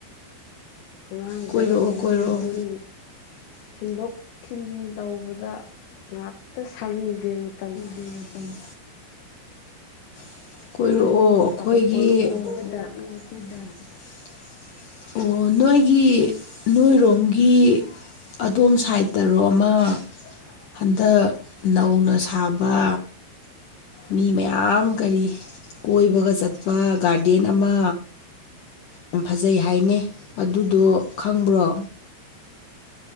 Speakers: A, on the left; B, on the left.
A: ꯑꯉꯥꯡꯈꯩ
B: ꯀꯣꯏꯔꯛꯑꯣ ꯀꯣꯏꯔꯛꯑꯣ
A: ꯁ꯭ꯀꯨꯜ ꯊꯤꯟꯗꯣꯛ ꯊꯤꯟꯖꯤꯟ ꯇꯧꯕꯗ ꯉꯥꯛꯇ ꯁꯪꯗꯦ ꯃꯇꯝ
B: ꯐꯅꯤ ꯀꯣꯏꯔꯛꯑꯣ
A: ꯅꯣꯏꯁꯨ ꯅꯣꯡ ꯐꯥꯗꯣꯛ
B: ꯑꯩꯈꯣꯏꯒꯤ
A: ꯀꯣꯏꯔꯛꯑꯣ ꯑꯩꯈꯣꯏꯗ
B: ꯃꯗ ꯑꯣ ꯅꯣꯏꯒꯤ ꯅꯣꯏꯔꯣꯝꯒꯤ ꯑꯗꯣꯝ ꯁꯥꯏꯠꯇꯔꯣ ꯑꯃ ꯍꯟꯗꯛ ꯅꯧꯅ ꯁꯥꯕ ꯃꯤ ꯃꯌꯥꯝ ꯀꯔꯤ ꯀꯣꯏꯕꯒ ꯆꯠꯄ ꯒꯥꯔꯗꯦꯟ ꯑꯃ ꯌꯥꯝ ꯐꯖꯩ ꯍꯥꯏ ꯍꯥꯏꯅꯦ ꯑꯗꯨꯗꯣ ꯈꯪꯕ꯭ꯔꯣ